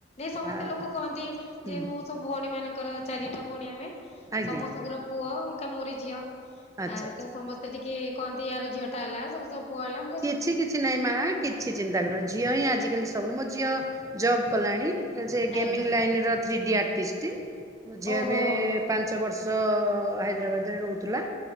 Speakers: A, on the left; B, on the right.
A: ଏସମସ୍ତେ
B: ଆଉ
A: ଲୋକ କହନ୍ତି
B: ହୁଁ
A: ଯେମୁ ସବୁ ଭଉଣୀ ମାନଙ୍କର ଚାରିଟା ଭଉଣୀ ଆମେ
B: ଆଜ୍ଞା
A: ସମସ୍ତଙ୍କର
B: ଆଜ୍ଞା
A: ପୁଅ ଏକା ମୋରି ଝିଅ
B: ଆଚ୍ଛା
A: ଆ
B: ଆଚ୍ଛା
A: ତ ସମସ୍ତେ ଟିକେ କହନ୍ତି ୟାର ଝିଅଟା ହେଲା ସମସ୍ତଙ୍କ ପୁଅ ହେଲା ମୁ
B: କିଛି କିଛି ନାଇଁ ମା କିଛି ଚିନ୍ତା କରୁନି ଝିଅହିଁ ଆଜିକାଲି ସବୁନୁ ମୋ ଝିଅ ଜବ୍ କଲାଣି। ଗେମିଙ୍ଗ
A: ଆଜ୍ଞା
B: ଲାଇନର ଥ୍ରୀଡି ଆଟିଷ୍ଟ ମୋଝିଅ
A: ଓହୋ
B: ଏବେ ପାଞ୍ଚ ବର୍ଷ ହାଇଦ୍ରାବାଦରେ ରହୁଥିଲା